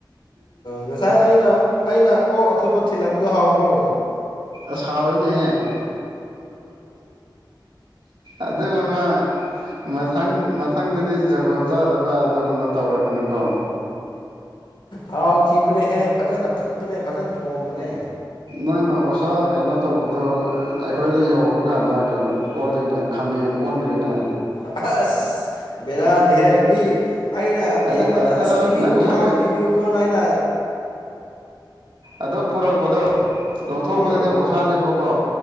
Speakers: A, on the left (about 85°); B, on the right (about 80°).
A: ꯉꯁꯥꯏ ꯑꯩꯅ ꯑꯩꯅ ꯑꯣꯛ ꯑꯐꯨꯠꯄ ꯊꯤꯜꯂꯛꯄꯗꯣ ꯍꯥꯎꯕ꯭ꯔꯣ
B: ꯁꯥꯎꯣꯏꯅꯦꯍꯦ ꯑꯗꯨ ꯃꯃ ꯃꯊꯪ ꯃꯊꯪꯗꯗꯤ ꯖꯒꯣꯠ ꯆꯥꯗꯕ ꯑꯗꯨꯒꯨꯝꯕ ꯇꯧꯔꯛꯀꯅꯨꯀꯣ
A: ꯍꯥꯎꯈꯤꯕꯅꯦꯍꯦ ꯐꯖꯅ ꯐꯨꯨꯞꯄꯅꯦ ꯐꯖꯅ ꯊꯣꯡꯕꯅꯦ
B: ꯅꯪꯅ ꯑꯣꯁꯥ ꯀꯩꯅꯣ ꯇꯧꯕꯗꯣ ꯑꯩꯈꯣꯏꯗ ꯌꯧꯕ ꯀꯥꯟꯗ ꯀꯩꯅꯣ ꯑꯣꯜꯂꯤꯅꯦ ꯈꯥꯃꯦꯟ ꯑꯣꯟꯈ꯭ꯔꯦꯅꯦ
A: ꯑꯁ ꯕꯦꯔꯥꯅꯤꯍꯦ ꯃꯤ ꯑꯩꯅ ꯃꯤ
B: ꯑꯗꯨ
A: ꯑꯃꯗ ꯑꯁ ꯄꯤꯕꯤꯌꯨ
B: ꯅꯪ ꯑꯣꯖꯥ
A: ꯏꯅꯥꯎꯗ ꯄꯤꯕꯤꯌꯨꯀꯣꯅ ꯑꯩꯅ
B: ꯑꯗꯣ ꯄꯨꯔꯛꯄꯗꯣ ꯂꯧꯊꯣꯛꯄꯗꯗꯤ
A: ꯎꯝ
B: ꯑꯣꯁꯥꯅꯦꯕꯀꯣ